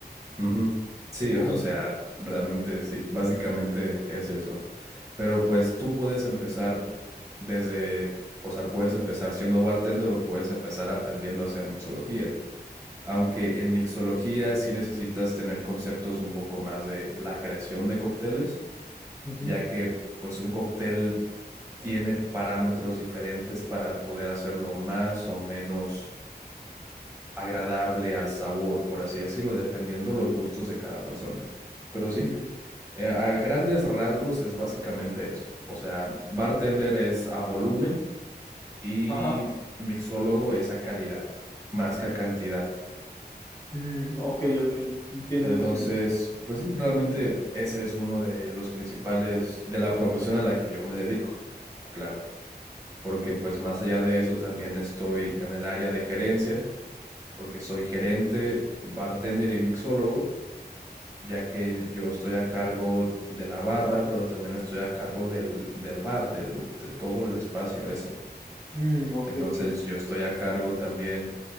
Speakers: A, on the right (about 20°); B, on the left (about 15°).
A: Ujú. Sí,
B: Mm,
A: <laughs> o sea, realmente sí, básicamente es eso. Pero pues tú puedes empezar desde, o sea, puedes empezar siendo bartender o puedes empezar aprendiendo a hacer mixología. Aunque en mixología sí necesitas tener conceptos un poco más de la creación de cócteles,
B: Ujú.
A: ya que pues un cóctel tiene parámetros diferentes para poder hacerlo más o menos agradable al sabor, por así decirlo, dependiendo los gustos de cada persona. Pero sí,
B: mm,
A: eh, a grandes rasgos es básicamente eso. O sea, bartender es a volumen y
B: ajá.
A: mixólogo es a calidad, más que a cantidad.
B: Mm, ok, ok. Entiendo,
A: Entonces,
B: entiendo.
A: pues sí, realmente ese es uno de los principales de la profesión a la que yo me dedico, claro. Porque pues más allá de eso también estoy en el área de gerencia, porque soy gerente, bartender y mixólogo. ya que yo estoy a cargo de la barra, pero también estoy a cargo del, del bar, del lu- de todo el espacio ese.
B: Mm, ok,
A: Entonces
B: ok.
A: yo estoy a cargo también,